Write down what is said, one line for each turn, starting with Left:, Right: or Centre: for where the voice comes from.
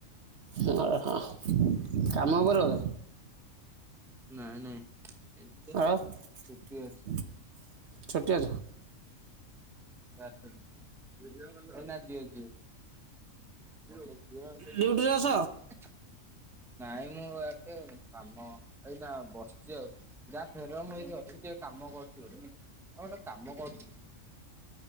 Right: ହ ହଁ କାମ କରିବ?
Centre: ନାଇଁ ନାଇଁ ଏଇନେ
Right: ଆଉ
Centre: ଛୁଟି
Right: <inaudible>
Centre: ଅଛି
Right: ଛୋଟିଆ
Centre: ଐରଟେଲ ନା ଜିଓ ଜିଓ। <unintelligible>
Right: ଡ୍ୟୁଟିରେ ଅଛ
Centre: ନାଇଁ ମୁଁ ଏଟେ କାମ ଏଇନା ବସିଛି ଆଉ ଯାହା ଫେର ମୁଁ ଏଇଠି ଅଛି। କାମ କରୁଥିବ ଆଉ ଗୋଟେ କାମ କରୁଥିଲ